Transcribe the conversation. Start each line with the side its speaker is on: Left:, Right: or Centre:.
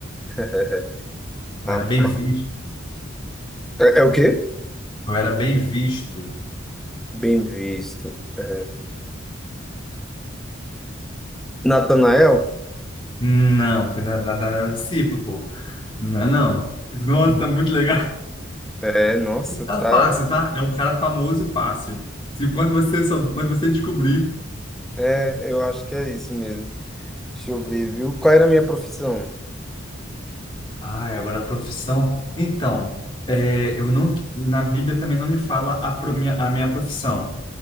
Centre: <laughs>
Left: Eu
Centre: Rapaz.
Left: era bem visto.
Centre: É, é o quê?
Left: Eu era bem visto.
Centre: Bem visto. É, Natanael?
Left: Não, pô, nada nada era discípulo, pô. Não, é não. Nossa, tá muito legal. <laughs>
Centre: É, nossa,
Left: Tá
Centre: tá.
Left: fácil, tá? É um cara famoso e fácil. Se quando você, sou- quando você descobrir,
Centre: É, eu acho que é isso mesmo. Deixa eu ver, viu? Qual era a minha profissão?
Left: Ah, agora a profissão. Então, é, eu não, na Bíblia também não me fala a, pro- minha, a minha profissão.